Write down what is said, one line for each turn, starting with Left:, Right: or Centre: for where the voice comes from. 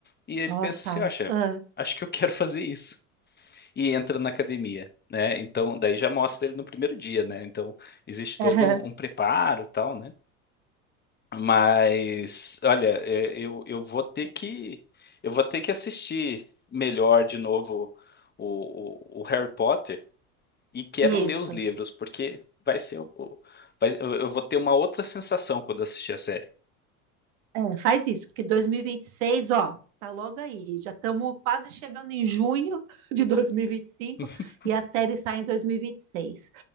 Left: E ele
Right: Ó,
Left: pensa
Right: assalto.
Left: assim, acha,
Right: Ah,
Left: acho que eu quero fazer isso. E entra na academia, né? Então, daí já mostra ele no primeiro dia, né? Então, existe todo
Right: aham.
Left: um preparo e tal, né? Mas, olha, é, eu, eu vou ter que eu vou ter que assistir melhor de novo o, o, o Harry Potter e quero
Right: Isso.
Left: ler os livros, porque vai ser o, o- vai, eu eu vou ter uma outra sensação quando assistir a série.
Right: É, faz isso, porque dois mil e e vinte e seis, ó, tá logo aí. Já estamos quase chegando em junho <laughs> de dois mil e vinte e e cinco
Left: <laughs>
Right: e a série sai em dois mil e e vinte e seis.